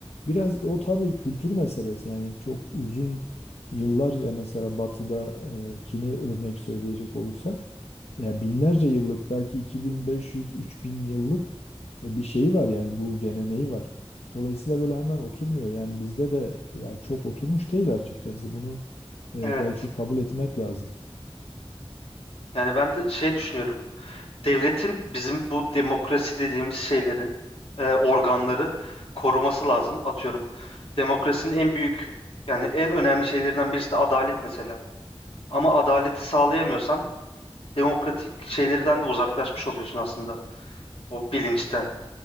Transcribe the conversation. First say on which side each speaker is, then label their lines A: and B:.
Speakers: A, on the left (about 85°); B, on the left (about 65°).
A: Biraz o tabii kültür meselesi yani çok uzun yıllar ya mesela Batı'dakini örnek söyleyecek olursak ya binlerce yıllık belki 2500-3000 yıllık e, bir şeyi var yani bu geleneği var. Dolayısıyla böyle hemen oturmuyor. Yani bizde de yani çok oturmuş değil açıkçası. Bunu e,
B: evet.
A: belki kabul etmek lazım.
B: Yani ben de şey düşünüyorum. devletin bizim bu demokrasi dediğimiz şeylerin e, organları koruması lazım. Atıyorum demokrasinin en büyük yani en önemli şeylerinden birisi de adalet mesela. Ama adaleti sağlayamıyorsan demokratik şeylerden de uzaklaşmış oluyorsun aslında o bilinçten.